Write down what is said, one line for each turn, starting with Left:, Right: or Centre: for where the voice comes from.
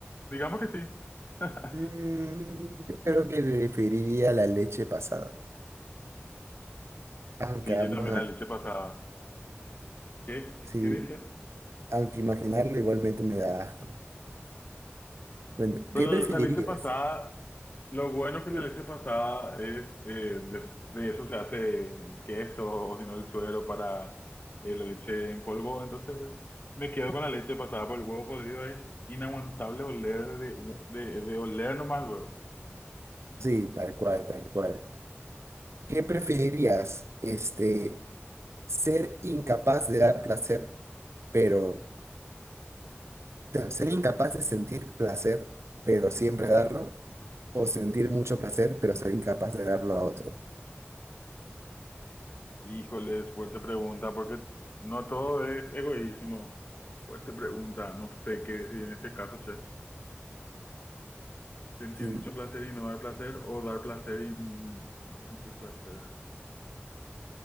Left: digamos que sí. <laughs>
Right: Mm, yo creo que preferiría la leche pasada, aunque
Left: Sí,
Right: ambos,
Left: yo también la leche pasada. ¿Qué,
Right: sí,
Left: qué decías?
Right: aunque imaginarlo igualmente me da asco. Bueno,
Left: Pero
Right: ¿qué preferirías?
Left: la leche pasada, lo bueno que
Right: Sí.
Left: la leche pasada es, eh, de, de eso se hace queso o si no el suero para eh, la leche en polvo. Entonces me quedo con la leche pasada por el huevo podrido. Es inaguantable oler de, de, de oler nomás luego.
Right: Sí, tal cual, tal cual. ¿Qué preferirías? Este, ser incapaz de dar placer, pero no, ser incapaz de sentir placer, pero siempre darlo, o sentir mucho placer, pero ser incapaz de darlo a otro.
Left: Híjole, fuerte pregunta, porque no todo es egoísmo. Fuerte pregunta, no sé qué decir en este caso, che. Sentir
Right: Sí,
Left: mucho placer y no dar placer, o dar placer y no sentir placer.